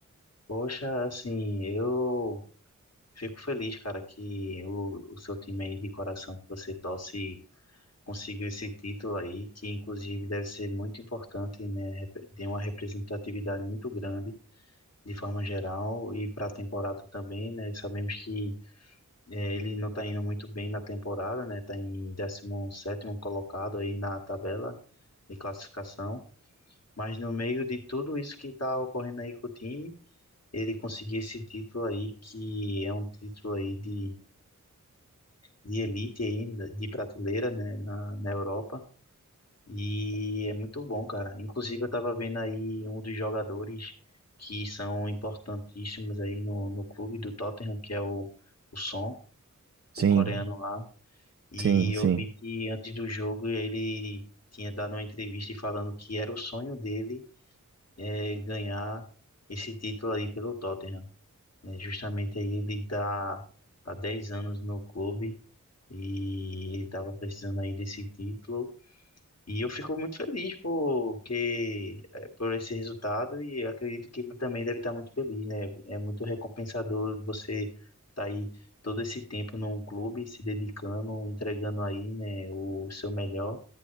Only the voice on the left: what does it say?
poxa, assim, eu fico feliz, cara, que o, o seu time aí de coração que você torce conseguiu esse título aí, que inclusive deve ser muito importante, né? Rep- Tem uma representatividade muito grande, de forma geral, e para a temporada também, né? Sabemos que eh, ele não tá indo muito bem na temporada, né? Tá em décimo sétimo colocado aí na tabela de classificação. Mas no meio de tudo isso que está ocorrendo aí com o time, ele conseguiu esse título aí, que é um título aí de, de elite aí, de prateleira, né, na, na Europa. E é muito bom, cara. Inclusive, eu estava vendo aí um dos jogadores que são importantíssimos aí no, no clube do Tottenham, que é o, o Son,
o coreano lá. E
eu vi que antes do jogo ele tinha dado uma entrevista falando que era o sonho dele é, ganhar esse título aí pelo Tottenham. É, justamente aí ele está há 10 anos no clube e ele tava precisando aí desse título. E eu fico muito feliz porque, é, por esse resultado e acredito que ele também deve estar muito feliz, né? É muito recompensador você estar aí todo esse tempo num clube, se dedicando, entregando aí, né, o seu melhor